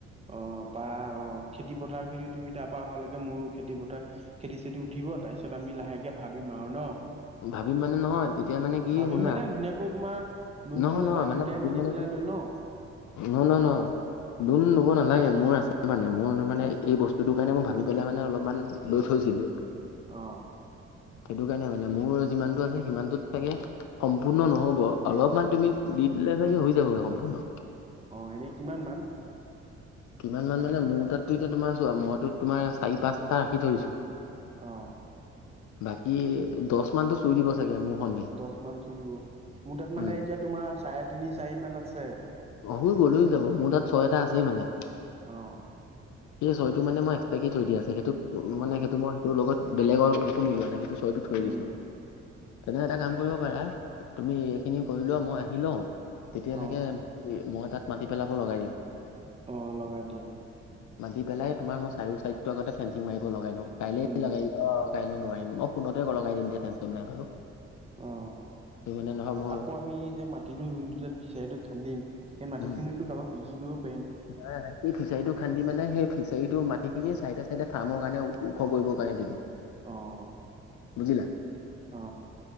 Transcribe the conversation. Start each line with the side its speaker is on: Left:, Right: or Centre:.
Right: অ', পাৰা অ, অ, খেতি পথাৰ খিনিও তুমি তাৰপা অহালৈকে মোৰো খেতি পথাৰ খেতি চেতি উঠিব তাৰপিছত আমি লাহেকে ভাবিম আৰু ন'।
Left: ভাবিম মানে নহয় তেতিয়া মানে কি
Right: ভাবিম
Left: শুনা
Right: মানে ধুনীয়াকৈ তোমাৰ লোন
Left: নহয়
Right: থোন
Left: নহয়
Right: এটা
Left: মানে
Right: দুইটাই
Left: ভাবিম
Right: মিলি
Left: মানে
Right: পেলাই লৈ লওঁ।
Left: <unintelligible> লোন ল'ব নালাগে মোৰ আছে মানে মোৰ মানে এই বস্তুটোৰ কাৰণে মই ভাবি পেলাই মানে অলপমান লৈ থৈছিলোঁ।
Right: অ',
Left: সেইটো কাৰণে মানে মোৰ যিমানটো আছে সিমানটোত চাগে, সম্পূৰ্ণ নহ'ব। অলপমান তুমি, দি দিলে চাগৈ হৈ যাবগৈ সম্পূৰ্ণ।
Right: অ', এনে কিমান মান?
Left: কিমান মান মানে মোৰ তাততো এতিয়া তোমাৰ মইতো তোমাৰ চাৰি পাঁচটা ৰাখি ধৰিছো।
Right: অ',
Left: বাকী দশ মানটো চুই দিব চাগে মোৰ সন্দেহ।
Right: দশ মান চুই দিব, মোৰ তাত মানে
Left: উম
Right: এতিয়া তোমাৰ চাৰে তিনি চাৰি মান আছে।
Left: অ', হৈ গ'ল যাব মোৰ তাত ছয় এটা আছেই মানে।
Right: অ',
Left: সেই ছয়টো মানে মই একসট্ৰাকে থৈ দিয়া আছে সেটোক,
Right: অ',
Left: মানে সেইটো মই সেইটো লগত বেলেগৰ একো মিলোৱা নাই সেইটো চয়টো থৈ
Right: উম,
Left: দিছো। তেনে এটা কাম কৰিব পাৰা, তুমি এইখিনি কৰিলোৱা মই আহি লও। তেতিয়ালৈকে,
Right: অ',
Left: মই তাত মাটি পেলাব লগাই দিম।
Right: অ', লগাই দিয়া।
Left: মাটি পেলাই তোমাৰ মই চাৰিও চাইডটো আগতে ফেঞ্চিং মাৰিব লগাই দিওঁ, কাইলে
Right: উম,
Left: লগাই, অ, কাইলে নোৱাৰিম, মই পোন্ধৰকে তৰিখে লগাই দিম দিয় টেনশ্যন নাই বাৰু।
Right: অ'।
Left: ত মানে নহয় মোৰ
Right: আকৌ আমি যে মাটিটো যোনটো ফিচাৰিটো খান্দিম, সেই মাটি
Left: উম
Right: খিনিতো কাৰোবাক বিক্ৰী কৰি
Left: <unintelligible> সেই ফিচাৰীটো খান্দি মানে সেই ফিচাৰীটোৰ মাটিখিনি ছাইডে চাইডে ফাৰ্মৰ কাৰণে ওখ কৰিব কাৰণে দি দিম।
Right: অ',
Left: বুজিলা?
Right: অ